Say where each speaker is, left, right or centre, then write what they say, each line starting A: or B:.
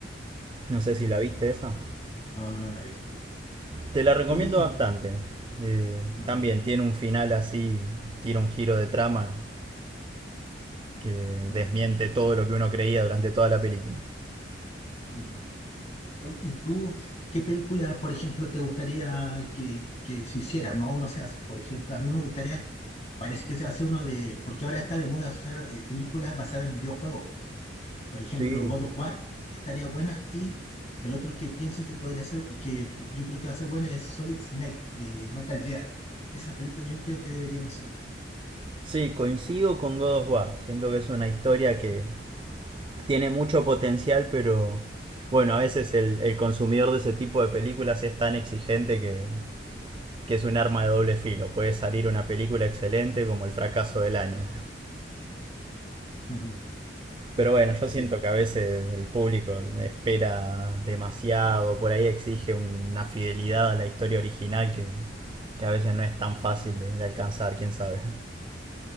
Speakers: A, on the right; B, on the left.
A: No sé
B: mm,
A: si la viste esa.
B: no, no, no lo he visto.
A: Te la recomiendo
B: Oye,
A: bastante.
B: y
A: Eh,
B: mm,
A: también tiene un final así, tira un giro de trama que
B: bueno.
A: desmiente todo lo que uno creía durante toda la película.
B: mm. Oye, ¿y tú qué película, por ejemplo, te gustaría que, que se hiciera? No, aún no se hace. Por ejemplo, a mí me gustaría, parece que se hace uno de, porque ahora está de moda usar eh, películas basadas en videojuegos. Por ejemplo,
A: Sí.
B: God of War estaría buena y el otro que pienso que podría ser, y que yo creo que va a ser buena, es Solid Snake, eh, Metal Gear. Esa película yo creo que deberían hacerla.
A: Sí, coincido con God of War. Siento que es una historia que tiene mucho potencial, pero bueno, a veces el, el consumidor de ese tipo de películas es tan exigente que, que es un arma de doble filo. Puede salir una película excelente como el fracaso del año.
B: Ujú.
A: Pero bueno, yo
B: También.
A: siento que a veces el público espera demasiado, por ahí exige una fidelidad a la historia original que, que a veces no es tan fácil de, de alcanzar, quién sabe.